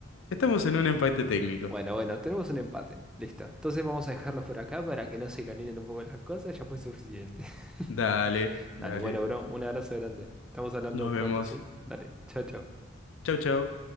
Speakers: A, on the left (about 75°); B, in the centre.
A: estamos en un empate técnico.
B: Bueno, bueno, tenemos un empate. Listo. Entonces vamos a dejarlo por acá para que no se calienten un poco las cosas, ya fue suficiente.
A: Dale,
B: <laughs>
A: dale.
B: Dale, bueno, bro, un abrazo grande. Estamos hablando
A: Nos
B: pronto,
A: vemos.
B: ¿sí? Dale, chao, chao.
A: Chau, chau.